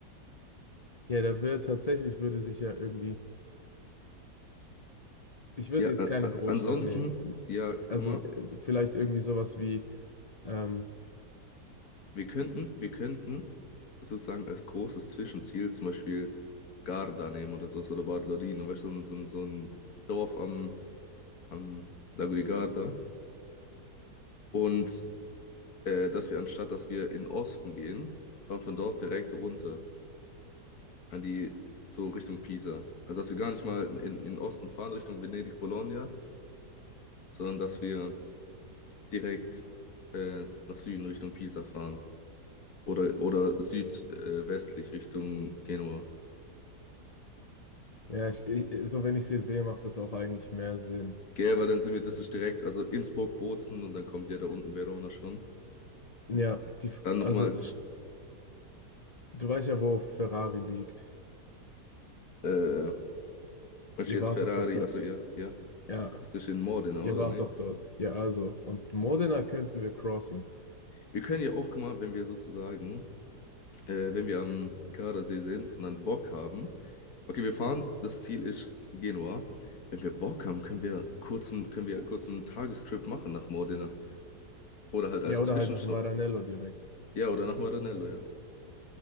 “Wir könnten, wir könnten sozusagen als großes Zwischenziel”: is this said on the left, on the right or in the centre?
Left